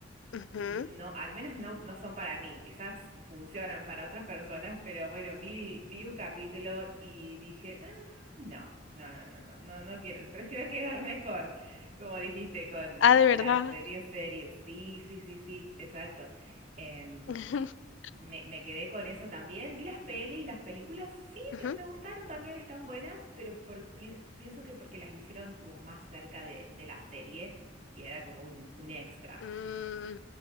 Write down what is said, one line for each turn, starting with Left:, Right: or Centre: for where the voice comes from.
Left: Ujú.
Right: no, al menos no, no son para mí, quizás funcionan para otras personas, pero bueno, vi, vi un capítulo y dije, "Ah, no, no, no, no, no, no, no quiero, prefiero quedarme con, como dijiste, con
Left: Ah, de verdad.
Right: las series, series, sí, sí, sí, sí, exacto. Em,
Left: <laughs>
Right: me, me quedé con eso también, vi las pelis, las películas, sí,
Left: Ujú.
Right: me, me gustaron también, están buenas, pero por- pi- pienso que porque las hicieron como más cerca de, de la serie y era como un, un extra.
Left: Mm,